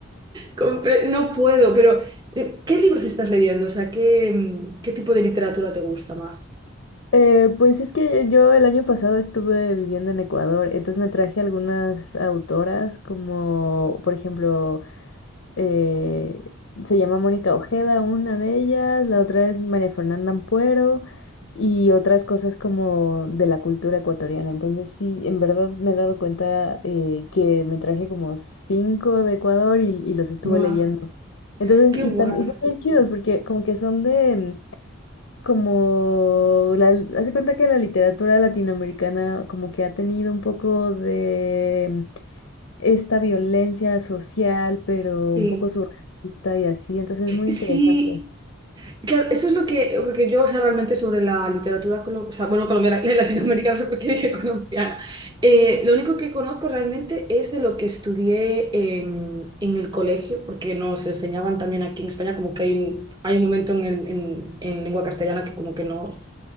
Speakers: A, on the right; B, on the left.
A: Compré- no puedo, pero eh, ¿qué libros estás leyendo? O sea, ¿qué, mm, qué tipo de literatura te gusta más?
B: Eh, pues es que yo el año pasado estuve viviendo en Ecuador, entonces me traje algunas autoras como por ejemplo eh, se llama Mónica Ojeda, una de ellas, la otra es María Fernanda Ampuero y otras cosas como de la cultura ecuatoriana. Entonces sí, en verdad me he dado cuenta eh, que me traje como cinco de Ecuador y, y los estuve
A: Buah,
B: leyendo. Entonces,
A: qué
B: y,
A: guay.
B: tam- y también chidos porque como que son de... mm, Como la, hace cuenta que la literatura latinoamericana como que ha tenido un poco de esta violencia social, pero
A: Sí.
B: un poco surrealista y así, entonces es muy
A: Sí.
B: interesante.
A: Claro, eso es lo que, porque yo, o sea, realmente sobre la literatura, colo- o sea, bueno, colombiana, <laughs> latinoamericana, no sé por qué dije colombiana. Eh, lo único que conozco realmente es de lo que estudié en, en el colegio, porque nos enseñaban también aquí en España, como que hay un, hay un momento en, el- en, en lengua castellana que como que nos,